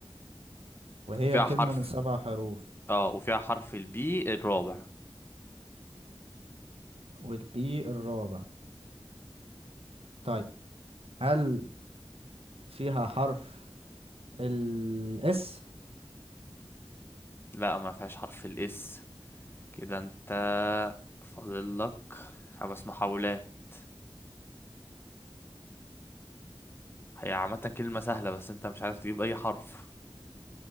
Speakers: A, on the right (about 75°); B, on the left (about 25°).
A: وهي
B: وفيها
A: كلمة
B: حرف
A: من سبع حروف
B: اه وفيها حرف البي الرابع
A: والبي الرابع طيب هل فيها حرف الاس
B: لا ما فيهاش حرف الاس كده انت فاضل لك خمس محاولات هي عامة كلمة سهلة بس انت مش عارف تجيب اي حرف